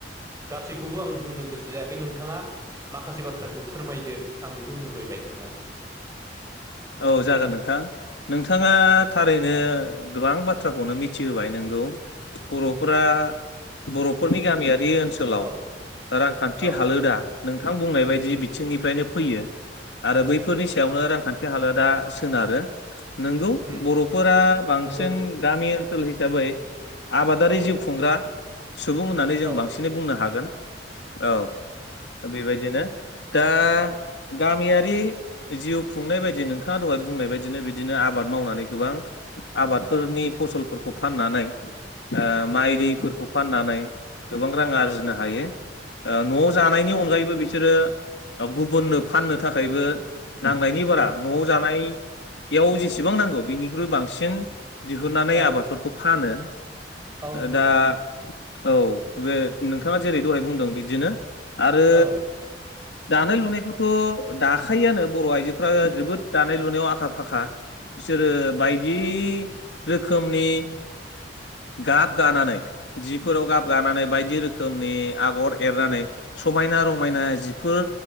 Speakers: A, on the right (about 20°); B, on the left (about 70°).
A: गासैखौबो आं बुंनो गोसो जायाखै नोंथाङा माखासे बाथ्राखौ फोरमायदो आं बेखौ लुबैबाय नोंथां।
B: औ जागोन नोंथां नोंथाङा
A: औ
B: थारै नो गोबां बाथ्राखौनो मिथिहोबाय नोंगौ। बर'फोरा बर'फोरनि गामियारि ओनस सोलाव
A: औ
B: रांखान्थि
A: औ
B: हालोदा नोंथां बुंनाय बायदि
A: उम
B: बिथिंनिफ्रायनो फैयो आरो बैफोरनि
A: उम उम
B: सायावनो रांखान्थि हालोदा सोनारो। नोंगौ
A: उम
B: बर'फोरा बांसिन
A: नंगौ नंगौ
B: गामि ओनसोल हिसाबै आबादारि
A: औ
B: जिउ खुंग्रा सुबुं होननानै जों
A: औ
B: बांसिनै
A: नंगौ
B: बुंनो हागोन। औ बेबायदिनो दा गामियारि जिउ खुंनाय बायदि नोंथाङा दहाय बुंनाय बायदिनो बिदिनो आबाद मावनानै गोबां आबादफोरनि फसलफोरखौ फाननानै ओ
A: उम
B: माइ दैफोरखौ फाननानै गोबां रां आरजिनो
A: औ
B: हायो ओ न'आव
A: औ
B: जानायनि अनगायैबो बिसोरो ओ गुबुननो फाननो थाखायबो नांनायनि बारा
A: उम
B: न'आव जानाय याव जेसेबां नांगौ बेनिख्रुइ बांसिन दिहुननानै
A: औ
B: आबादफोरखौ फानो
A: औ नोंथां
B: ओ दा औ बे नोंथाङा जेरै द'हाय बुंदों बिदिनो आरो
A: औ
B: दानाय लुनायखौथ' दाखायोआनो बर' आइजो फ्रा जोबोद दानाय लुनायाव आखा फाखा बिसोरो बायदि रोखोमनि गाब गानानै जिफोराव गाब गानानै बायदि रोखोमनि आगर एरनानै समायना रमायना जिफोर